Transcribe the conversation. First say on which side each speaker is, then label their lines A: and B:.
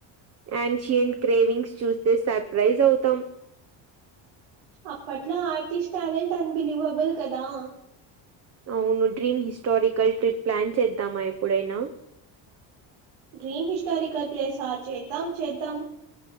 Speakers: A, on the right (about 35°); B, on the right (about 80°).
A: యాన్షియంట్ గ్రేవింగ్స్ చూస్తే సర్ప్రైజ్ అవుతాం
B: అప్పట్లో ఆర్టిస్ట్ టాలెంట్ అన్బిలీవబుల్ కదా
A: అవును డ్రీమ్ హిస్టారికల్ ట్రిప్ ప్లాన్ చేద్దామా ఎప్పుడైనా
B: డ్రీమ్ హిస్టారికల్ ప్లేసా చేద్దాం చేద్దాం